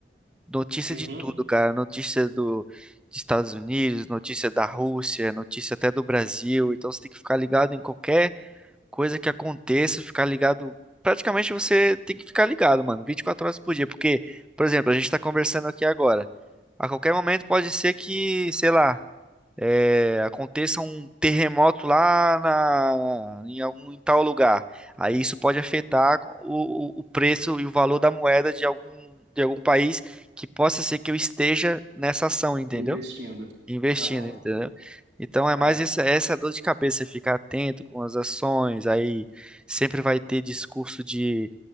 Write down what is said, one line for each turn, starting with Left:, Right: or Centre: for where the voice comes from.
Centre: Notícia
Right: Uhum,
Centre: de tudo, cara, notícia do dos Estados Unidos, notícia da Rússia, notícia até do Brasil, então você tem que ficar ligado em qualquer coisa que aconteça, ficar ligado. Praticamente você tem que ficar ligado, mano, 24 horas por dia, porque, por exemplo, a gente tá conversando aqui agora. A qualquer momento pode ser que, sei lá, é, aconteça um terremoto lá na, em algum em tal lugar. Aí isso pode afetar o, o o preço e o valor da moeda de algum, de algum país que possa ser que eu esteja nessa ação, entendeu?
Right: investindo.
Centre: investindo,
Right: Aham.
Centre: entendeu? Então é
Right: Ah,
Centre: mais essa, essa dor de cabeça, ficar atento com as ações, aí sempre vai ter discurso de,